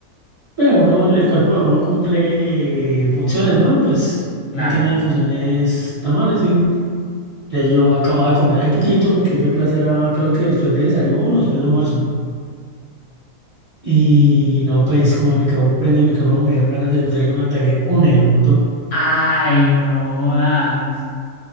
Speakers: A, on the right (about 40°); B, on the left (about 65°).
A: pero uno, el cuerpo de uno cumple funciones, ¿no? Pues
B: Claro.
A: no tiene funciones normales, sí. Entonces yo acababa de comer hace poquito porque esa clase era creo que después de desayuno, después de almuerzo. Y no, pues como me quedó prendido el micrófono, me dieron ganas de eructar y yo me pegué un eructo.
B: Ay, no jodas.